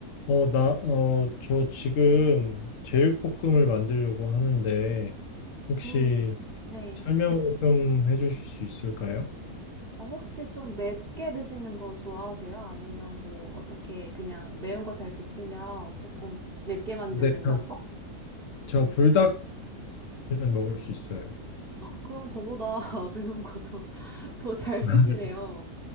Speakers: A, on the left; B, on the right.
A: 어, 나, 어, 저 지금 제육볶음을 만들려고 하는데, 혹시
B: 음, 네.
A: 설명을 좀 해주실 수 있을까요?
B: 어, 혹시 좀 맵게 드시는 거 좋아하세요? 아니면 뭐 어떻게 그냥 매운 거 잘 드시면 조금 맵게 만드는
A: 네, 저,
B: 방법?
A: 저 불닭까지는 먹을 수 있어요.
B: 그럼 저보다 <laughs> 매운 거도 더 잘 <laughs> 드시네요.
A: <laughs> 아, 네.